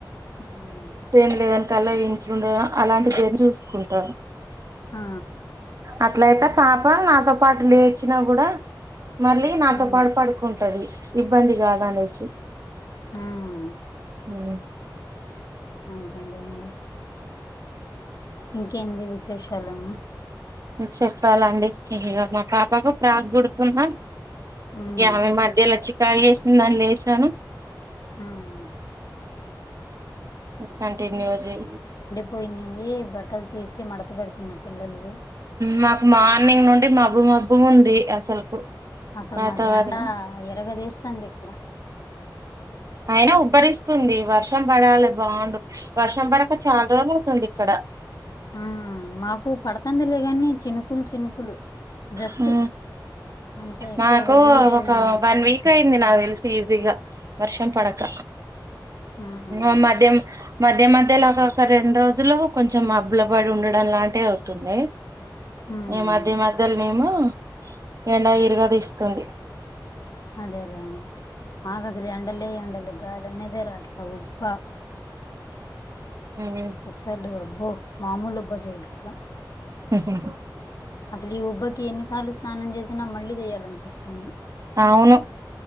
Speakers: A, on the left; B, on the right.
A: హ్మ్
B: టెన్ లెవిన్ కళ్ళ ఇంట్లో ఉండే అలాంటి పేరు చూసుకుంటాను
A: హా
B: అట్లయితే పాప నాతో పాటు లేచినా కూడా మళ్ళీ నాతో
A: అవును
B: పాటు పడుకు కుంటది ఇబ్బంది కాద్ అనేషి
A: హ్మ్
B: హ్మ్
A: అదేంటండి ఇంకేంది విశేషాలమ్మ
B: చెప్పాలండి ఇగ మా పాపకు ప్రాక్ కుడుతున్న
A: ఉమ్
B: ఇగ ఆమె మధ్యల చికాక్ చేసింది అని లేసాను
A: ఉమ్
B: హ్ కంటిన్యూజే
A: పోయినాయి బట్టలు తీసి మడత పెడుతున్నాయి పిల్లలవి
B: మాకు మార్నింగ్ నుండి మబ్బు మబ్బుగుంది అసలుకు
A: అసలు
B: వాతావరణం
A: మాకు ఎండా ఇరగా తీస్తుంది ఇక్కడ
B: అయినా ఉబ్బరిస్తుంది వర్షం పడాలి బాగుండు వర్షం పడక చాలా రోజులు అవుతుంది ఇక్కడ
A: ఆ మాకు పడుతంది లేగాని చినుకులు చినుకులు జస్ట్
B: హు
A: అంతే ఎక్కువ
B: మాకు
A: హెవీ రైన్
B: ఒక
A: ఏం
B: వన్
A: పడట్లా.
B: వీక్ అయింది నాకు తెలుసి ఈజీగా వర్షం పడక
A: హ్మ్.
B: ఆ మద్యం మధ్య మధ్య లాగా ఒక రెండు రోజులు కొంచెం మబ్బులవడి ఉండడం లాంటివి అవుతుండే
A: హ్మ్.
B: ఇగ మధ్య మధ్యలోనేమో ఎండా ఇరుగ తీస్తుంది
A: అదఅదే ఆ మాకు అసలు ఎండలే ఎండలు గాలి అన్నదే రాట్లే ఉప్ప
B: ఉహ్
A: అసలు అబ్బో మామూలు ఉబ్బ చేయగద
B: హు హు
A: అసలు ఈ ఉబ్బకి ఎన్నిసార్లు స్నానం చేసినా మళ్ళీ చెయాలనిపిస్తుంది
B: అవును